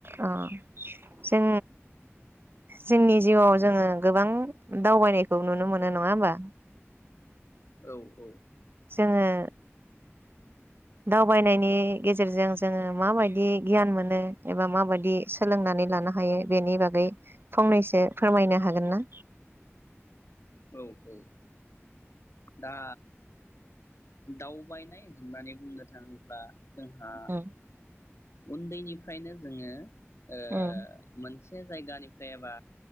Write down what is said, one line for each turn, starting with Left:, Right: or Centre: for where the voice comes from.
Right: अ जों जोंनि जिउआव जोङो गोबां दावबायनायखौ नुनो मोनो नङा होमबा?
Left: औ औ।
Right: जोङो दावबायनायनि गेजेरजों जोङो माबायदि गियान मोनो एबा माबायदि सोलोंनानै लानो हायो बेनि बागै फंनैसो फोरमायनो हागोन ना?
Left: औ औ दा दावबायनाय होननानै बुंनो थाङोब्ला जोंहा
Right: उम
Left: उन्दैनिफ्रायनो जोङो ओ
Right: उम
Left: मोनसे <unintelligible> जायगानिफ्राय एबा